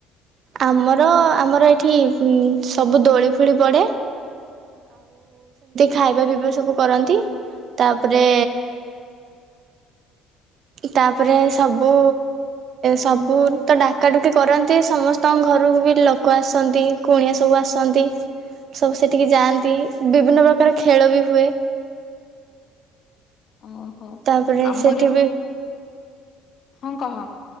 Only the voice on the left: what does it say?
ଓହୋ
ଆମର
ବି ହଁ କହ।